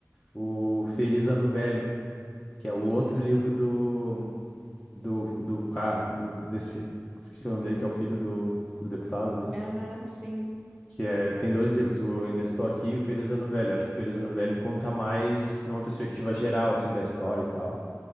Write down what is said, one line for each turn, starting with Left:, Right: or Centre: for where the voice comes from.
Left: o Feliz Ano Velho, que é o
Centre: Hum,
Left: outro livro do, do, do, ca- do desse, esqueci o nome dele, que é o filho do, do deputado, né?
Centre: aham, sim.
Left: Que é, tem dois livros, o Ainda Estou Aqui e o Feliz Ano Velho. Acho que o Feliz Ano Velho conta mais numa perspectiva geral, assim, da história e tal.